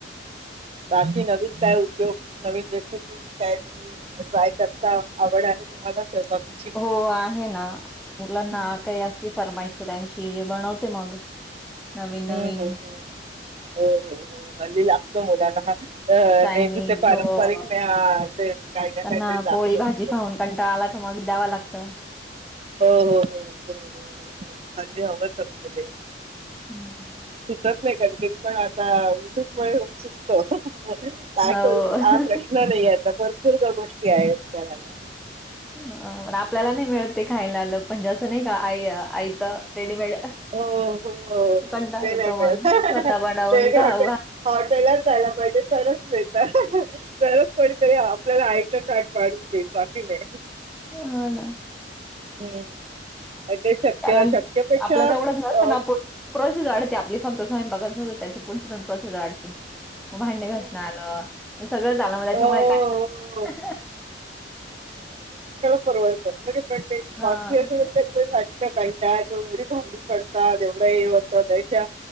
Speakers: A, on the right; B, in the centre.
A: बाकी नवीन काय उद्योग नवीन रेसिपी काय तुम्ही ट्राय करता आवड आहे तुम्हाला स्वयंपाकाची
B: हो आहे ना मुलांना
A: हम्म हम्म
B: काही असली फरमाईश तर त्यांची बनवते मग नवीन-नवीन
A: हम्म हम्म हम्म हो हो हो हल्ली लागत मुलांना हा अ
B: चायनीज
A: नेहमीचे पारंपरिक
B: हो,
A: नाही ते काही ना
B: त्यांना
A: काहीतरी लागतच
B: पोळी भाजी खाऊन कंटाळा आला का मग द्याव लागत
A: हो हो हो हो अगदी हवांच असत ते.
B: हं.
A: सुचत नाही कधीकधी पण आता युट्यूब मुळे खुप सुचत. काय
B: हो.
A: करू हा प्रश्न नाही आता भरपूरश्या गोष्टी आहेत करायला.
B: अह आपल्याला नाही मिळत ते खायला म्हणजे असं नाही का आई आयत रेडीमेड
A: हो हो हो
B: कंटाळा
A: ते
B: येतो
A: नाही मिळत.
B: मग स्वतः
A: आपल्याला
B: बनवून खाऊ घाल.
A: हॉटेलात जायला पाहिजे तरच मिळत तरच कोणीतरी आपल्याला आयत ताट वाढून ठीक बाकी नाय.
B: हो ना.
A: हम्म. ते शक्य
B: कारण
A: शक्यपेक्षा
B: आपला तेवढंच
A: अ,
B: नसतं ना पण प्रोसेस वाढते आप आपली फक्त स्वयंपाकाच त्याची पुढची पण प्रोसेस वाढते भांडे
A: हम्म.
B: घसण आलं सगळंच आलं मग त्याच्यामुळे
A: हो हो
B: काय
A: हो परवडत पण ते <unintelligible>
B: हां,
A: सकाळी काय एवढी भांडी पडतात एवढं हे होत त्यापेक्षा